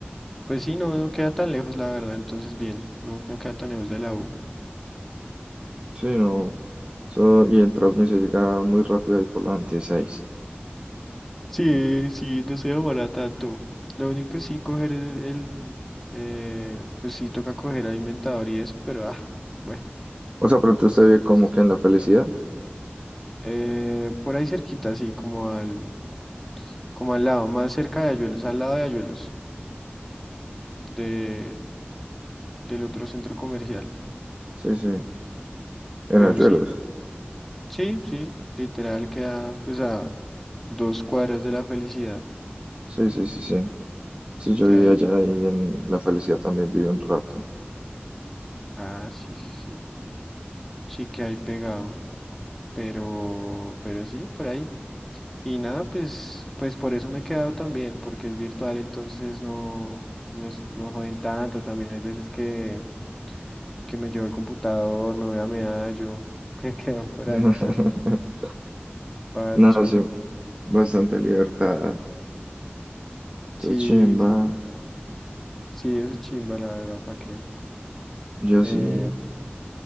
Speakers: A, in the centre; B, on the right.
A: Pues sí, no, no queda tan lejos, la verdad, entonces bien, no, no queda tan lejos de la U.
B: Sí, no. So, y en Transmi se llega muy rápido ahí por la 26.
A: Sí, sí, no se demora tanto. Lo único sí coger el, el, eh, pues sí toca coger alimentador y eso, pero ah, bueno.
B: O sea, pronto usted
A: Sí
B: vive como
A: es-
B: que en La Felicidad.
A: Eh, por ahí cerquita, sí, como al, como al lado, más cerca de Ayuelos, al lado de Ayuelos, de, del otro centro comercial.
B: Sí, sí, en Ayuelos.
A: Pero sí, sí, sí, literal queda pues a dos cuadras de la felicidad.
B: Sí, sí, sí, sí. Sí, yo
A: que
B: viví
A: hay.
B: allá y en La Felicidad también viví un rato.
A: Ah, sí, sí, sí. Sí que hay pegado. Pero, pero sí, por ahí. Y nada, pues, pues por eso me he quedado también, porque es virtual, entonces no, no es, no joden tanto. También hay veces que, que me llevo el computador, me voy a Medallo, <laughs> me quedo por
B: <laughs>
A: allá, parcho.
B: No, sí, bastante libertad. Está
A: Sí,
B: chimba.
A: sí, sí, eso es chimba, la verdad, ¿para qué?
B: Yo
A: Eh,
B: sí.